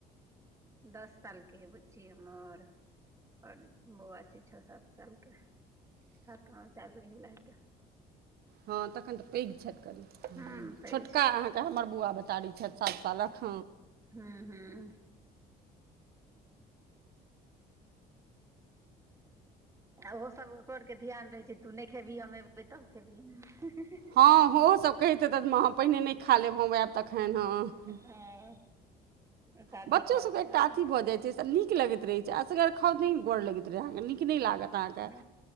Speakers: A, on the right; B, on the right.
A: दस साल के है बुच्ची हमर। और बौआ छै, छः सात सालके, सातम आब चालू होइ बला हेतै।
B: हँ तखन तऽ पैघ छैथ कनि,
A: हूँ पैघ
B: छोटका
A: छै
B: अहाँके तऽ हमर बौआ बतारी छैथ सात सालक।
A: हूँ- हूँ। आ ओहो सभ ओकरो आरके ध्यान रहै छै, तू नै खेबही हम अबै तब खेबही।
B: हँ ओहो सब कहैत हैतैथ माॅं पहिने नै खा लेब, हम आयब तखन हँ।
A: हँ साथे
B: बच्चो
A: खायब
B: सब के एकटा
A: आदमी
B: अथी भऽ जाय छै तऽ नीक लगैत रहै छै, असगर तऽ नै गऽर लगैत रहै अहांके नीक नहि लागत अहाँके
A: हँ